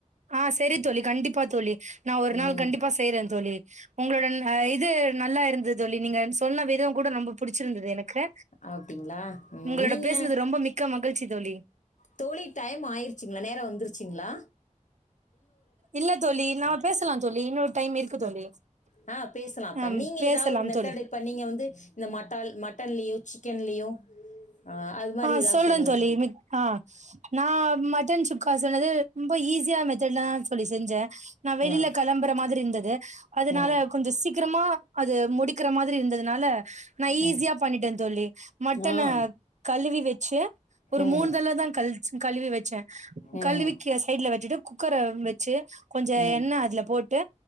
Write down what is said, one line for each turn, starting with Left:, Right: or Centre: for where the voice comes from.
Right: ஆ செரி தோழி கண்டிப்பா தோழி நா ஒரு
Left: ம்.
Right: நாள் கண்டிப்பா செய்ற தொழி உங்களுடன் ஆ இது நல்லா இருந்துது தோழி நீங்க சொன்ன விதம் கூட ரொம்ப புடிசிருந்து எனக் க
Left: அப்டிங்களா? ம்.
Right: உங்களோட
Left: நீங்க
Right: பேசுனது ரொம்ப மிக்க மகிழ்ச்சி தொழி
Left: தோழி டயம் ஆயிருசிங்கள நேரா வந்துருசிங்களா
Right: இல்ல தோழி நா பேசலா தோழி இன்னொரு டைம் இருக்கு தோழி
Left: அப் ஆ பேசலாம். அப்ப
Right: அம்
Left: நீங்க
Right: பேசலாம்
Left: ஏதாவது ஒரு மெத்தட்
Right: தோழி
Left: இப்ப நீங்க வந்து இந்த மட்டால் மட்டன்லயோ, சிக்கன்லயோ, அ அது மாரி
Right: அ
Left: ஏதாவது
Right: சொல்ற
Left: சொல்லுங்க
Right: தோழி மித் ஆ நா மட்டன் சுக்கா சொன்னது ம்ப ஈசியா மெத் <unintelligible> தோழி செஞ்சே நா வெளியில
Left: ஆ
Right: களம்புற மாதிரி இருந்தது அதுனால
Left: ம்
Right: கொஞ்சொ சீக்கிரமா அது முடிக்கிற மாதிரி இருந்ததுனால நா ஈஸியா
Left: ம்
Right: பண்ணிடே தொழி மட்டனு
Left: ஆ
Right: கல் கழுவி வெச் ச்சி ஒரு
Left: ம்
Right: மூண்தளத கல் கழுவி வச்சே
Left: ம் ம்
Right: கழுவிகு சைட்ல வச்சிட்டு குக்கர ச்சி கொஞ்சொ
Left: ம்
Right: எண்ணெ அதுல போட்டு